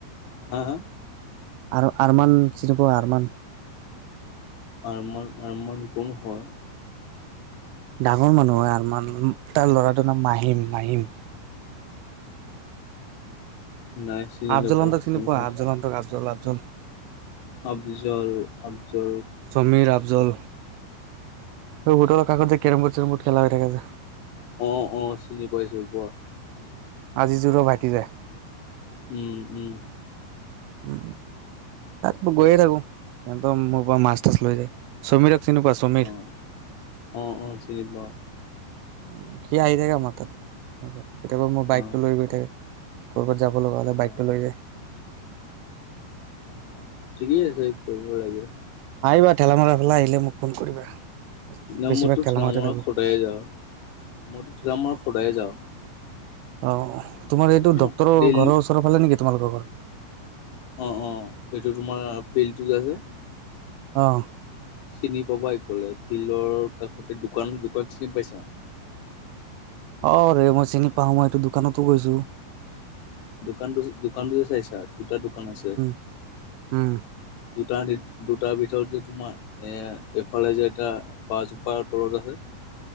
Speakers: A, on the left; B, on the right.
A: হা হা
B: আৰু আৰমান চিনি পোৱা আৰমান।
A: আৰমান আৰমান কোন হয়?
B: ডাঙৰ মানুহ হয় আৰমান, তাৰ ল'ৰাটোৰ নাম মাহিম মাহিম।
A: নাই চিনি
B: আব্জুলন্তক
A: নাপাওঁ
B: চিনি
A: কোন
B: পোৱা
A: হয়
B: আব্জুলন্তক আব্জুল আব্জুল।
A: আব্জুল -আব্জুল
B: সমীৰ আব্জুল। এই বোটৰ কাষতযে কেৰম বোৰ্ড চেৰমবোৰ্ড খেলা হৈ থাকে যে
A: অ অ চিনি পাইছো কোৱা
B: আজিজুৰৰ ভাইটি যে
A: উম -উম।
B: উ তাত গৈয়ে থাকো সিহতৰ মোৰ পৰা মাছ তাছ লৈ যায় সমীৰক চিনি পোৱা? সমীৰ?
A: অ', অ, অ চিনি পাওঁ।
B: উ সি আহি থাকে আমাৰ তাত, কেতিয়াবা মোৰ বাইকটো
A: অ',
B: লৈ গৈ থাকে ক'ৰবাত যাব লগা হলে
A: অ',
B: বাইকটো লৈ যায়
A: অ ঠিকেই আছে কৰিব লাগে।
B: আহিবা ঠেলামাৰ ফালে আহিলে মোক ফোন কৰিবা,
A: ন
B: বেছিভাগ
A: মইতো
B: ঠেলামাৰতে
A: ঠেলা মৰা
B: থাকো।
A: সদায়ে যাওঁ, মইতো ঠেলামাৰত সদায়ে যাওঁ।
B: অ তোমাৰ এইটো
A: মোক
B: ডক্তৰৰ
A: ডেইলি
B: ঘৰৰ ওচৰ ফালে নেকি তোমালোকৰ ঘৰ?
A: অঁ অঁ এইটো তোমাৰ ফিল্ডটো যে আছে
B: অঁ।
A: চিনি পাবা এই কলে ফিল্ডৰ কাষতে দোকান- দোকান চিনি পাইছা?
B: অ ৰে মই চিনি পাও মই এইটো দোকানতো গৈছো
A: দোকানটো -দোকানটো যে চাইছা দুটা দোকান আছে
B: উম, উম,
A: দুটা দুটাৰ ভিতৰত যে তোমাৰ এ এফালে যে এটা বাহ জোপাৰ তলত আছে